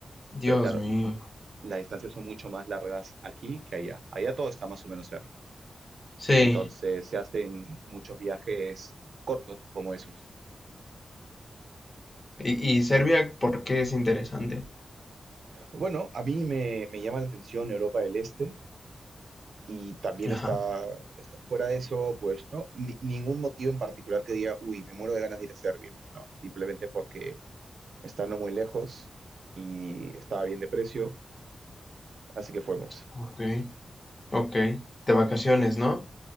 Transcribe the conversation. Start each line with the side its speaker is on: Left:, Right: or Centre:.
Left: Dios
Right: Pero claro,
Left: mío.
Right: las distancias son mucho más largas aquí que allá. Allá todo está más o menos cerca.
Left: Sí,
Right: Entonces se hacen muchos viajes cortos como esos.
Left: Y, y Serbia, ¿por qué es interesante?
Right: Bueno, a mí me, me llama la atención Europa del Este. Y también
Left: Ajá,
Right: está, está- fuera de eso, pues, ¿no? Ni- ningún motivo en particular que diga, uy, me muero de ganas de ir a Serbia. No, simplemente porque está no muy lejos y estaba bien de precio, así que fuimos.
Left: ok, ok. De vacaciones, ¿no?